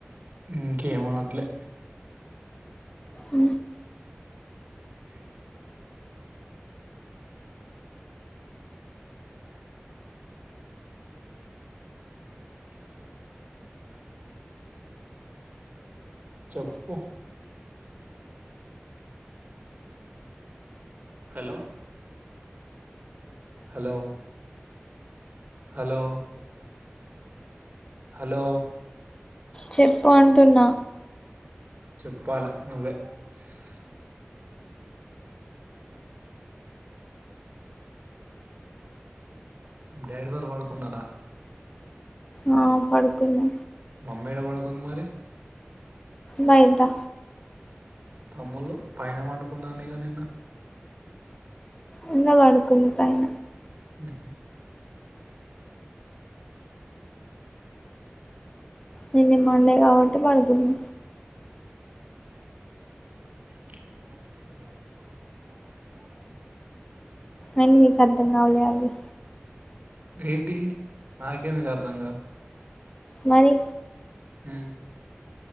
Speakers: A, on the right; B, on the left.
A: ఇంకా ఏమానట్లే
B: అ
A: చెప్పు హలో హలో హలో హలో
B: చెప్పు అంటున్నా
A: చెప్పాలా నువ్వే అర్థమైందా డాడీ వాళ్ళు వాడుకున్నారా
B: ఆ పడుకున్నా
A: మమ్మీఏడ వాడుగున్నది మరి
B: బయటా
A: తమ్ముళ్లు పైన వండుకున్నానేగా నిన్న
B: ఉన్న వాడుకులు పైన
A: ఓకే
B: నిన్న మండే కాబట్టి పడుతున్నా
A: అ
B: అని నీకు అర్ధం కవులే అన్ని
A: ఏంటి నాకేందుకు అర్థంగాదు
B: మరి
A: హు